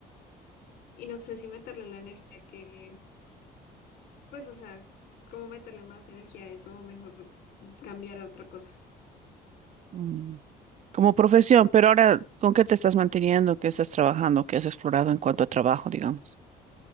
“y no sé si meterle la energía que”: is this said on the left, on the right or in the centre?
Left